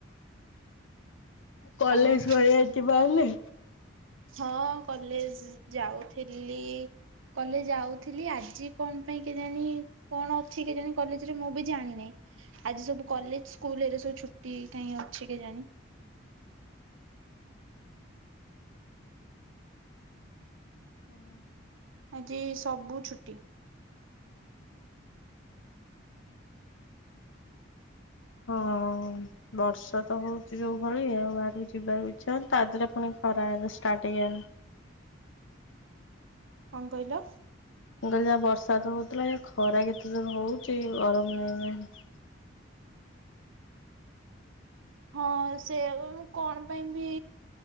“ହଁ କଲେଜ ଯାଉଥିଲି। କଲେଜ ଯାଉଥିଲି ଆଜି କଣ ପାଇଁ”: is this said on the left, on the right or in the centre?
Right